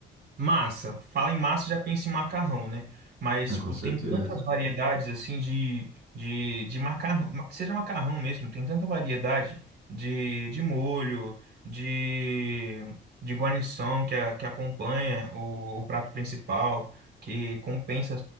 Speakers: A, on the right; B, on the right.
A: Massa, fala em massa, já pensa em macarrão, né? Mas,
B: Ah,
A: tipo,
B: com certeza.
A: tem tantas variedades, assim, de, de, de macarrão, ma- que seja macarrão mesmo, tem tanta variedade de, de molho, de, de guarnição que, a- que acompanha o, o prato principal, que compensa